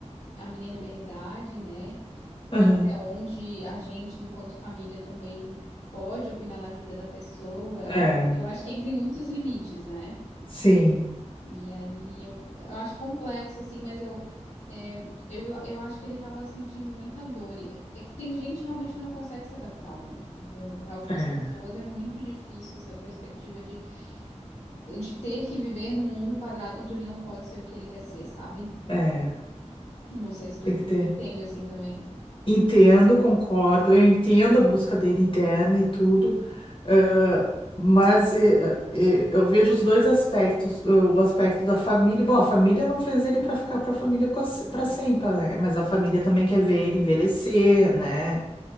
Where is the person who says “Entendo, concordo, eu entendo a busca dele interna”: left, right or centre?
Left